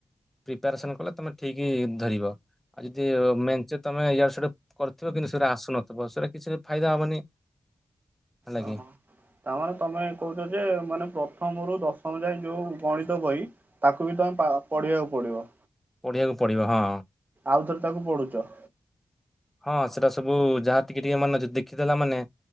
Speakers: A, in the centre; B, on the right.
A: ପ୍ରିପାରେସନ୍ କଲେ ତମେ ଠିକ୍ ଧରିବ। ଆଉ ଯଦି ମେଞ୍ଚେ ତମେ ଇଆଡ ସିଆଡୁ କରିଥିବ କିନ୍ତୁ ସେଟା ଆସୁନଥିବ ସେଇଟା କିଛି ଫାଇଦା ହବନି। ହେଲା
B: ଓହୋ
A: କି
B: ତାମାନେ ତମେ କୋଉଚ ଯେ ଯେ ମାନେ ପ୍ରଥମରୁୁ ଦଶମ ଯାଏ ଯୋଉ ଗଣିତ ବହି ତାକୁ ବି ତମେ ପା ପଢିବାକୁ ପଡିବ।
A: ପଢ଼ିବାକୁ ପଡ଼ିବ ହଁ।
B: ଆଉ ଥରେ ତାକୁ ପଢୁଛ?
A: ହଁ ସେଟା ସବୁ ଯାହା ଟିକେ ଟିକେ ମନେଅଛି ଦେଖିଦେଲା ମାନେ